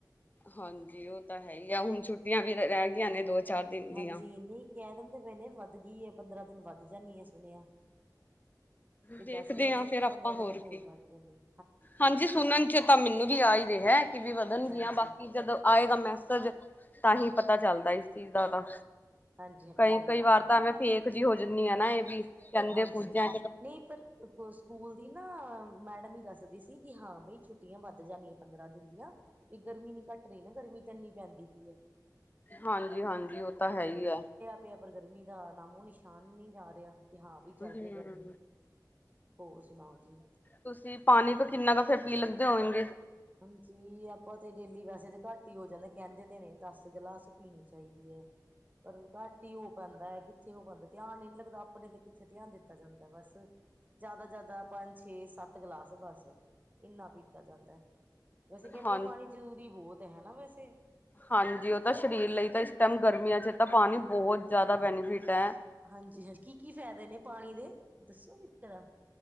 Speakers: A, on the left; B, on the right.
A: ਹਾਂਜੀ ਓਹ ਤਾਂ ਹੈ ਈ ਐ, ਹੁਣ ਛੁੱਟੀਆਂ ਵੀ ਰਹ ਰੈਹ ਗਈਆਂ ਨੇ ਦੋ ਚਾਰ ਦਿਨ ਦੀਆਂ।
B: ਹਾਂਜੀ ਨੀ ਕੈਹ ਦਿੰਦੇ ਪਏ ਨੇ ਵੱਧ ਗਈ ਐ ਪੰਦਰਾਂ ਦਿਨ ਵੱਧ ਜਾਣੀ ਐ ਸੁਣਿਆ। ਕੋਈ
A: ਦੇਖਦੇ
B: ਦੱਸ ਰਿਹਾ
A: ਆਂ
B: ਸੀ
A: ਫੇਰ
B: ਕਿ
A: ਆਪਾਂ
B: ਪੰਦਰਾਂ
A: ਹੋਰ
B: ਦਿਨ
A: ਕੇ
B: ਵੱਧ ਜਾਣੇ
A: ਹਾਂਜੀ ਸੁਣਨ ਚ ਤਾਂ ਮੈਨੂੰ ਵੀ ਆ ਈ ਰੇਹਾ। ਵੀ ਵਧਣਗੀਆਂ
B: ਹਾਂਜੀ
A: ਬਾਕੀ ਜਦੋਂ ਆਏਗਾ ਮੈਸਜ, ਤਾਂ ਹੀ ਪਤਾ ਚੱਲਦਾ ਇਸ ਚੀਜ਼ ਦਾ ਤਾਂ।
B: ਹਾਂਜੀ ਹਾਂਜੀ
A: ਕਈ-ਕਈ
B: ਸਹੀ ਗੱਲ
A: ਵਾਰ
B: ਹੈ
A: ਤਾਂ ਮੈਂ ਫੇਕ ਜਿ ਹੋ ਜਾਂਦੀ ਆ ਨਾ ਏਹ ਵੀ ਕੈਹੰਦੇ
B: ਹਾਂਜੀ
A: ਪੂਜਿਆ
B: ਹਾਂਜੀ ਨਹੀਂ ਪਰ ਸਕੂਲ ਦੀ ਨਾ ਮੈਡਮ ਈ ਦੱਸਦੀ ਸੀ ਕਿ ਹਾਂ ਬਈ ਛੁੱਟੀਆਂ ਵੱਧ ਜਾਣੀਆਂ ਪੰਦਰਾਂ ਦਿਨ ਦੀਆਂ। ਵੀ ਗਰਮੀ ਨੀ ਘੱਟ ਰੀਅ ਨਾ ਗਰਮੀ ਤਾਂ ਇੰਨੀ ਪੈਂਦੀ ਪੀ ਏ।
A: ਹਾਂਜੀ-ਹਾਂਜੀ ਓਹ ਤਾਂ ਹੈਈ ਐ।
B: ਪੇਆ ਪਰ ਗਰਮੀ ਦਾ ਨਾਮੋ ਨਿਸ਼ਾਨ ਨੀ ਜਾ ਰੇਆ। ਕਿ ਹਾਂ ਵੀ ਚੱਲ
A: ਹੂੰ
B: ਜੇ ਗਰਮੀ, ਹੋਰ ਸੁਣਾਓ ਜੀ।
A: ਤੁਸੀਂ ਪਾਣੀ ਤੋਂ ਕਿੰਨਾ ਕ ਫੇਰ ਪੀ ਲੱਦੇ ਹੋਂਗੇ।
B: ਹਾਂਜੀ ਆਪਾਂ ਤੇ ਡੇਲੀ ਵੈਸੇ ਤਾਂ ਘੱਟ ਹੀ ਹੋ ਜਾਂਦੇ, ਕੈਹੰਦੇ ਤੇ ਨੇ ਦਸ ਗਿਲਾਸ ਪੀਣੀ ਚਾਈਦੀ ਐ। ਪਰ ਘੱਟ ਈ ਹੋ ਪਾਂਦੈ ਐ ਕਿੱਥੇ ਹੋ ਪਾਂਦੈ, ਧਿਆਨ ਈ ਨੀ ਲੱਗਦਾ ਆਪਣੇ ਤੇ। ਇੱਥੇ ਧਿਆਨ ਦਿੱਤਾ ਜਾਂਦੈ ਬਸ, ਜਿਆਦਾ-ਜਿਆਦਾ ਪੰਜ, ਛੇ, ਸੱਤ ਗਲਾਸ ਬਸ, ਇੰਨਾ ਪੀਤਾ ਜਾਂਦੈ। ਵੈਸੇ ਕੈਹੰਦੇ
A: ਹਾਂ
B: ਪਾਣੀ ਜ਼ਰੂਰੀ ਬਹੁਤ ਹੈ ਨਾ ਵੈਸੇ।
A: ਹਾਂਜੀ ਓਹ ਤਾਂ ਸਰੀਰ ਲਈ ਤਾਂ ਇਸ ਟੈਮ ਗਰਮੀਆਂ ਚ ਤਾਂ ਪਾਣੀ ਬਹੁਤ ਜ਼ਿਆਦਾ ਬੈਨੀਫਿਟ ਐ।
B: ਹਾਂਜੀ ਹ ਕੀ-ਕੀ ਫ਼ਾਏਦੇ ਨੇ ਪਾਣੀ ਦੇ, ਦੱਸੋ ਗੇ ਜਰਾ।